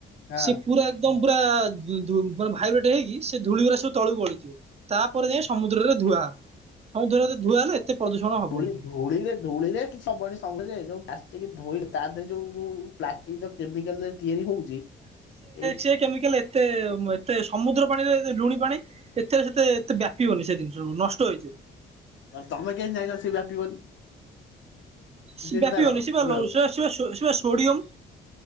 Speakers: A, on the left; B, on the right.
A: ହଁ।
B: ସେ ପୁରା ଏକଦମ ପୁରା ଉଁ ଧୁ ମାନେ ଭାଇବ୍ରେଟ ହେଇକି ସେ ଧୂଳିଗୁରା ସବୁ ତଳକୁ ଗଳିଯିବ। ତା ପରେ ଯାଇ ସମୁଦ୍ରରେ ଧୁଆ ହବ। ସମୁଦ୍ରରେ ଧୁଆ ହେଲେ ଏତେ ପ୍ରଦୂଷଣ ହବନି।
A: ଧୂଳି ଧୂଳିରେ ଧୂଳିରେ କି ସବୁ ଆଡ଼େ ସମୂଦ୍ର ଯେ ଯୋଉ ପ୍ଲାଷ୍ଟିକ୍ ଧୋଇଲ ତା ଦେହରେ ଯୋଉ ଯୋଉ ପ୍ଲାଷ୍ଟିକ ଯୋଉ କେମିକାଲ ରେ ତିଆରି ହଉଚି। ଏଇ
B: ଏତେ କେମିକାଲ ଏ ଏତେ ଅ ଏତେ ସମୁଦ୍ର ପାଣିରେ ଲୁଣି ପାଣି ଏଥିରେ ସେତେ ଏତେ ବ୍ୟାପିବନି ସେ ସବୁ ଜିନିଷ ନଷ୍ଟ ହେଇଯିବ।
A: ଆ ତମେ କେମିତି ଯାଇଁଲ ସେ ବ୍ୟାପିବନି?
B: ବ୍ୟାପିବନି
A: ଚିନ୍ତା କର
B: ସିଏ
A: ବୁଝିଲ
B: ପା ଲୌ
A: ଆଉ।
B: ସେଆ-ସେଆ-ସେଆ ସେ ପା ସୋଡିୟମ।